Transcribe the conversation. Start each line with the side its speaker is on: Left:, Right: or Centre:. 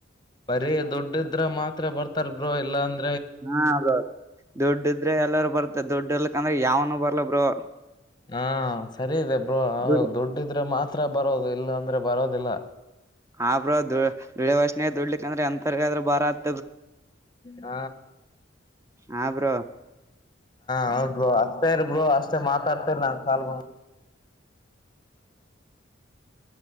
Left: ಬರಿ ದುಡ್ಡಿದ್ರೆ ಮಾತ್ರ ಬರ್ತಾರ್ ಬ್ರೋ ಇಲ್ಲಾಂದ್ರೆ
Right: ಹಾ ಅದೇ ದುಡ್ಡ ಇದ್ರೆ ಎಲ್ಲಾರ ಬರ್ತ ದುಡ್ ಇರ್ಲಕ್ಕಂದ್ರೆ ಯಾವನು ಬರ್ಲಾ ಬ್ರೋ
Left: ಹಾ ಸರಿ ಇದೆ ಬ್ರೋ
Right: ದುಡ್
Left: ದುಡ್ಡಿದ್ರೆ ಮಾತ್ರ ಬರೋದು ಇಲ್ಲ ಅಂದ್ರೆ ಬರೋದಿಲ್ಲ
Right: ಆ ಬ್ರೋ ದುಡಿಯ ವಾಸನೆೇ ದುಡ್ಲಿಕ್ ಅಂದ್ರೆ ಅಂತರ್ಗಾದ್ರರು ಭಾರತ್
Left: ಹ
Right: ಹಾ ಬ್ರೋ
Left: ಹೌದು ಅಪ್ಪರ್ ಗೂ ಮಾತಾಡ್ತರಲ್ಲ ಕಲ್ <inaudible>